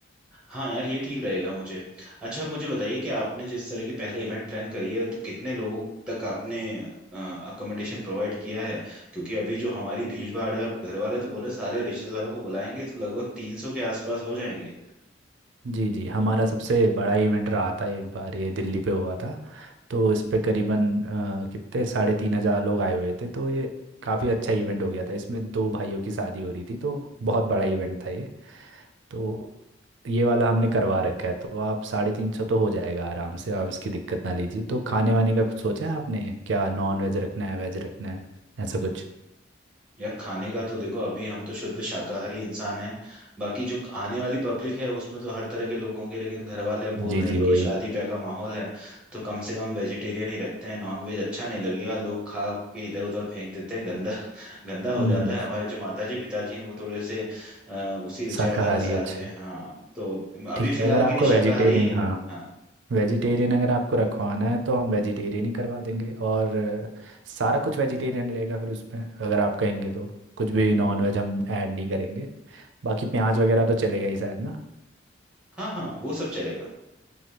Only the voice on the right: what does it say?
जी जी हमारा सबसे बड़ा इवेंट रहा था एक बार ये दिल्ली पे हुआ था तो इस पे करीबन अ, कितने साढ़े तीन हजार लोग आए हुए थे तो ये काफ़ी अच्छा इवेंट हो गया था इसमें दो भाइयों की शादी हो रही थी तो बहुत बड़ा इवेंट था ये तो ये वाला हमने करवा रखा है तो आप साढ़े तीन सौ तो हो जाएगा आराम से आप उसकी दिक्कत ना लीजिए तो खाने वाने का कुछ सोचा है आपने क्या नॉन वेज रखना है वेज रखना है ऐसा कुछ
जी
जी वही
हम्म
हम्म
शाकाहारी
अच्छा
ठीक है
अगर आपका
वेजिटेरियन
हाँ
वेजिटेरियन अगर आपको रखवाना है तो हम वेजिटेरियन ही करवा देंगे और अ, सारा कुछ वेजिटेरियन रहेगा फिर उसमें अगर आप कहेंगे तो कुछ भी नॉन वेज हम ऐड नहीं करेंगे बाकी प्याज वगैरह तो चलेगा ही शायद ना